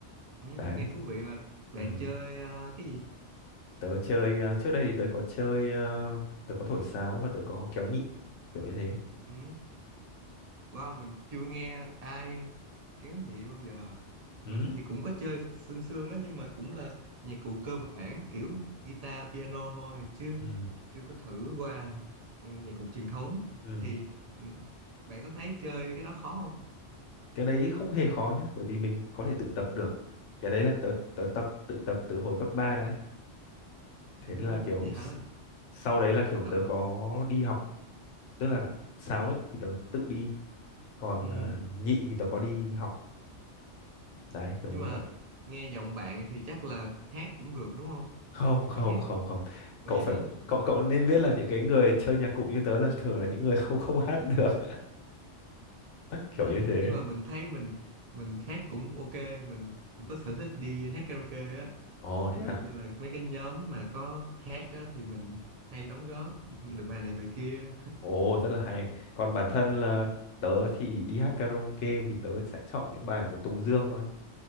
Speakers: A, on the right; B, on the left.
A: ừ,
B: đấy
A: nghe thú vị và bạn
B: ừ
A: chơi ờ, cái gì
B: tớ chơi ờ, trước đây thì tớ có chơi ờ, tớ có thổi sáo và tớ có kéo nhị kiểu như thế
A: ừ, wow mình chưa nghe ai kéo nhị bao giờ
B: ừ
A: mình thì cũng có chơi sương sương á nhưng mà cũng là nhạc cụ cơ bản kiểu guitar piano thôi chứ
B: ừ
A: chưa có thử qua ừ, nhạc cụ truyền thống
B: ừ
A: thì ừ, bạn có thấy chơi cái đó khó không
B: cái đấy không hề khó nhá bởi vì mình có thể tự tập được cái đấy là tớ tớ tập tự tập từ hồi cấp 3 đấy thế
A: ừ,
B: nên là kiểu
A: vậy hả
B: s- sau đấy là kiểu
A: Tập,
B: tớ có đi học tức là sáo ấy thì tớ tự đi còn
A: ừ.
B: ờ, nhị thì tớ có đi học đấy kiểu
A: nhưng
B: như
A: mà
B: vậy
A: nghe giọng bạn thì chắc là hát cũng được đúng không
B: không
A: bạn
B: không
A: có biết hát
B: không
A: không
B: không
A: Ủa
B: cậu
A: vậy
B: phải
A: hả
B: cậu cậu nên biết là những cái người chơi nhạc cụ như tớ là thường là những người không không hát được <laughs> kiểu
A: ừ,
B: như thế
A: nhưng mà mình thấy mình mình hát cũng ok mình cũng có sở thích đi hát karaoke á
B: ồ thế
A: ví
B: à
A: dụ như là mấy cái nhóm mà có hát á, thì mình hay đóng góp được bài này bài kia
B: ồ rất là hay còn bản thân là tớ thì đi hát karaoke thì tớ sẽ chọn những bài của Tùng Dương thôi